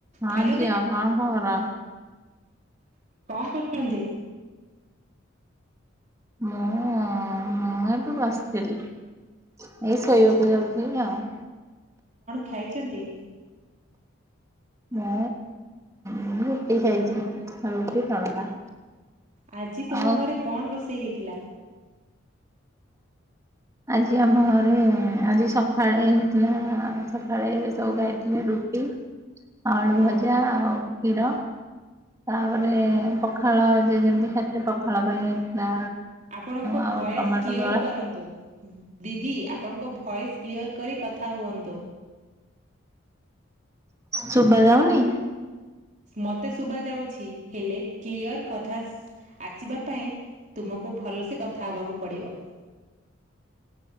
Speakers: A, on the right; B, on the right.
A: ହଁ
B: ହ୍ୟାଲୋ
A: ଝିଅ
B: ଦେଇ
A: କଣ ଖବର?
B: କଣ କରୁଚନ୍ତି?
A: ମୁଁ ଉମ୍ ମୁଁ ଏବେ ବସିଥିଲି। ଏଇ ଶୋଇବାକୁ
B: ଆଚ୍ଛା
A: ଯାଉଥିଲି ଆଉ।
B: ଖାଇଚନ୍ତି?
A: ମୁଁ ଉଁ ରୁଟି ଖାଇଚି, ରୁଟି ତଡକା।
B: ଆଜି ତୁମ
A: ଆଉ
B: ଘରେ କଣ ରୋଷେଇ ହେଇ ଥିଲା।
A: ଆଜି ଆମ ଘରେ, ଆଜି ସକାଳେ ହେଇଥିଲା ସକାଳେ ସବୁ ଖାଇଥିଲେ ରୁଟି ଆଳୁ
B: ହଁ
A: ଭଜା ଆଉ କ୍ଷୀର। ତାପରେ ପଖାଳ ଯେ ଯେମିତି ଖାଇଥିଲେ ପଖାଳ ପାଇଁ ହେଇଥିଲା।
B: ଆପଣଙ୍କ
A: ଆଉ
B: ଭଏସ
A: ଟମାଟୋ
B: କ୍ଲିୟର
A: ଦଳା।
B: କରନ୍ତୁ। ଦିଦି ଆପ ଆପଣଙ୍କ ଭଏସ୍ କ୍ଲିଅର୍ କରି କଥା ହୁଅନ୍ତୁ।
A: <inaudible> ଶୁଭା ଜାଉନି?
B: ମତେ ଶୁଭା ଯାଉଛି, ହେଲେ କ୍ଲିୟର କଥା ଶ ଆସିବା ପାଇଁ ତୁମକୁ ଭଲସେ କଥା ହେବାକୁ ପଡିବ।